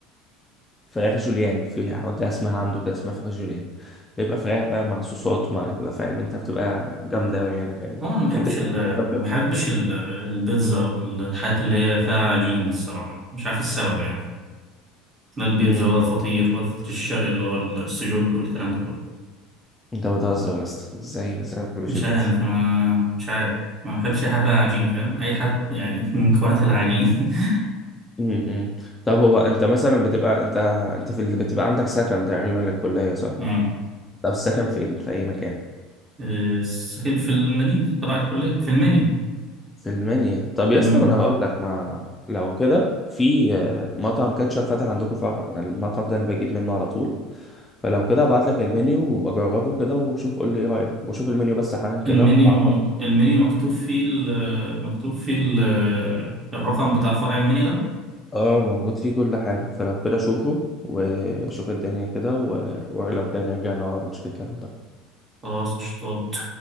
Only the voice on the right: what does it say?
هو انا ما بحبش
ال
ما
بحبش ال- البيتزا او الحاجات اللي هي فيها عجين دي الصراحه مش عارف إيه السبب يعني لا البيتزا
ولا الفطير ولا الفطير الشرقي اللي هو السجق والكلام ده كله
مش
عارف ما مش عارف ما بحبش اي حاجه فيها عجين فاهم اي حد يعني <laughs> من مكوناتها العجين <laughs>
امم
آه، ساكن في المدينه تبع الكليه في المنيو
امم
المنيو
المنيو مكتوب فيه ال- مكتوب فيه ال- الرقم بتاع فرع المنيو ده
خلاص قشطات